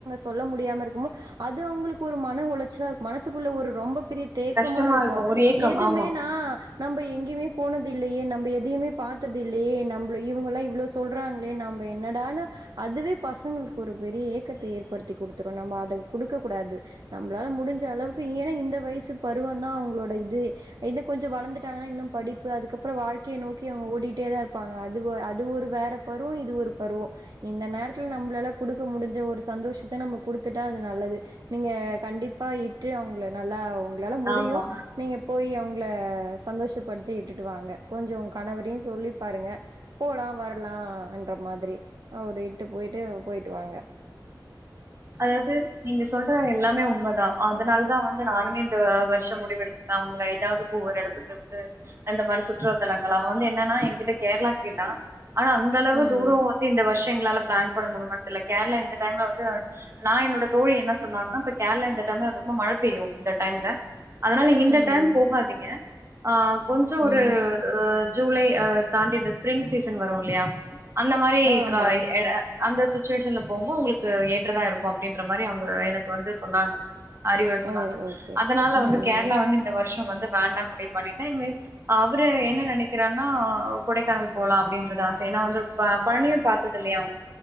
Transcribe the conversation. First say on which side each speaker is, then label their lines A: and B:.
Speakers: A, on the right; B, on the right.
A: சொல்ல முடியாம இருக்கும்போது அது அவங்களுக்கு ஒரு மன உளைச்சலா மனசுக்குள்ள ஒரு ரொம்ப பெரிய தேக்கமா
B: கஷ்டமா
A: இருக்கும்
B: ஒரு ஏக்கம்
A: எதுமேனா
B: ஆமா
A: நம்ம எங்கேயுமே போனது இல்லையே நம்ம எதையுமே பார்த்தது இல்லையே நம்ம அப்படி இவங்கல்லா இவ்வளவு சொல்றாங்களே நம் என்னடான் அதுவே பசங்களுக்கு ஒரு பெரிய ஏக் கத்த ஏற்படுத்தி கொடுத்தூரும் நம்ம அத கொடுக்கக்க கூடாது நம்மளால முடிஞ்ச அளவுக்கு ஏன்ன இந்த வயசு பருவ தா அவங்களோட இது இத கொஞ்சம் வளர்ந்துட்டாங்கன்னா இன்னும் படிப்பு அதுக்கப்புறம் வாழ்க்கைய நோக்கி ங்க ஓடிட்டே தான் இருப்பாங்க அது அது ஒரு வேற பருவம் இது ஒரு பருவம் இந்த நேரத்துல நம்மளாலே கொடுக்க முடிஞ்ச ஒரு சந்தோஷத்தை நம்ம குடுத்துட்டா அது நல்லது நீங்க கண்டிப்பா இட்டு அவங்கள நல்லா உங்களால முடியும்
B: ஆமா
A: நீங்க போய் அவங்கள சந்தோஷப்படுத்தி இட்டுட்டு வாங்க கொஞ்சம் கணவரையும் சொல்லி பாருங்க போலாம் வரலாம் என்ற ம மாதிரி அவர இட்டு போயிட்டு போயிட்டு வாாங்க
B: அதாவது நீங்க சொல்ற எல்லாமே உண்மைதான் அதனால தான் வந்து நானுமே இந்த வருஷம் முடிவு எடுத்திருக்கேன் அவங்க ஏதாவது ஒவ்வொரு இடத்துக்கு வந்து அந்த மாதிரி சுற்றுலத்தலங்கள் அவன் வந்து என்னன்னா என்கிட்ட கேரளா கேட்டான் ஆனா அந்த அளவு
A: ம்
B: தூரம் வந்து இந்த வருஷ எங்களால பிளான் பண்ண முடியுமாணு தெரியல கேரளா இந்த டைம்ல வந்து நான் என்னோட தோழி என்ன சொன்னாங்கன்னா இப்ப கேரளா இந்த டைம்ல ரொம்ப மழை பெய்யும் இந்த டைம்ல அதனால இந்த
A: ம்
B: டைம் போகாதீங்க
A: ம்
B: ஆ கொஞ்சம் ஒரு
A: ம்
B: ஜூலை் தாண்டிட்டு ஸ்பிரிங் சீசன் வரும் இல்லையா அந்த மாதிரி
A: ஆ ஆமா
B: கா இட அந்த சிச்சுவேஷன்ல போகும்போது உங்களுக்கு ஏற்றதா இருக்கும் அப்படின்ற மாதிரி அவங்க எனக்கு வந்து சொன்னாங்க அறிவுரை சொன்னாங்க
A: ஓ ஓகே
B: அதனால
A: ம்
B: வந்து கேரளா
A: ம்
B: வந்து இந்த வருஷம் வந்து வேண்டாம் முடிவு பண்ண அவரு என்ன நினைக்கிறார்னா கொடைக்கானல் போலாம் அப்படின்ற தான் ச நான் வந்து பழனியே பார்த்தது இல்லையா அவங்க